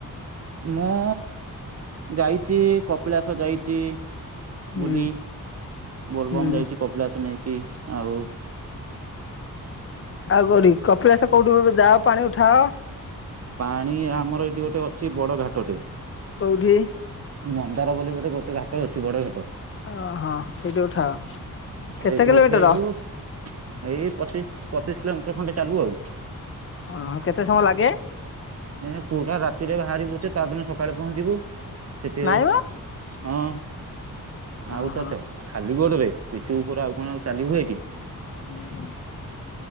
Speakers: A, on the right; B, on the left.
A: ମୁଁ ଯାଇଚି କପିଳାସ ଯାଇଚି।
B: ହୁଁ
A: ବୁଲି ବୋଲବମ୍
B: ହୁଁ
A: ଯାଇଚି କପିଳାସ ନେଇକି ଆଉ
B: ଆଉ କୋଉଠିକି କପିଳାସ କୋଉଠୁ ଏ ଯାଅ ପାଣି ଉଠାଅ
A: ପାଣି ଆମର ଏଇଠି ଗୋଟେ ଅଛି ବଡ ଘାଟଟେ
B: କୋଉଠି?
A: ମନ୍ଦାର ବୋଲି ଗୋଟେ ଗୋଟେ ଘାଟ ଅଛି ବଡ ଘାଟ।
B: ଓହଁ ସେଇଟି ଉଠାଅ?
A: ସେଇଠୁ
B: କେତେ କିଲୋମିଟର?
A: ଉଠେଇବୁ ଏଇ ପଚିଶି ପଚିଶି କିଲୋମିଟର ଖଣ୍ଡେ ଚାଲୁ ଆଉ।
B: ହଁ କେତେ ସମୟ ଲାଗେ?
A: ଏ ପୁରା ରାତିରେ ବାହାରିବୁଯେ ତା ଦିଇନ ସକାଳେ ପହଞ୍ଚିବୁ ସେଠି
B: ନାଇଁ
A: ଯା
B: ମ
A: ହଁ ଆଉ
B: ଓହୋ
A: ତ ଚ ଖାଲି ଗୋଡରେ ପିଚୁ ଉପରେ ଆଉ କଣ ଆଉ ଚାଲି ହୁଏ କି?
B: ହୁଁ ହୁଁ